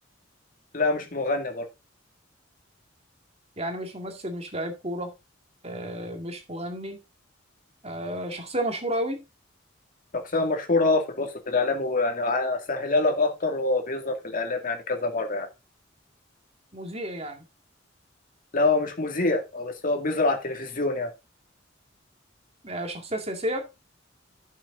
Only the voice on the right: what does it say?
يعني مش ممثل مش لاعب كورة آه مش مغني آه، شخصية مشهورة أوي
مذيع يعني
آه، شخصية سياسية